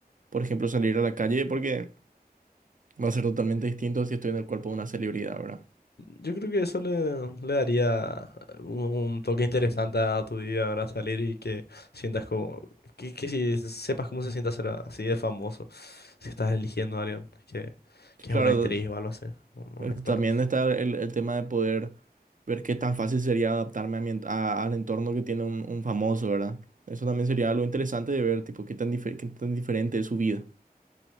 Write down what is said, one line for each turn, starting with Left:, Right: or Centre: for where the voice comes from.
Right: por ejemplo, salir a la calle porque va a ser totalmente distinto si estoy en el cuerpo de una celebridad, ¿verdad?
Left: Yo creo que eso le, le daría un, un toque interesante a tu día, ¿verdad? Salir y que sientas como... Que, que si sepas cómo se siente ser así de famoso, si estás eligiendo a alguien que, que
Right: Claro,
Left: es una actriz o algo así, un un
Right: eh,
Left: actor.
Right: también está el, el tema de poder ver qué tan fácil sería adaptarme a mi en- a- al entorno que tiene un, un famoso, ¿verdad? Eso también sería algo interesante de ver, tipo, qué tan, difer- qué tan diferente es su vida.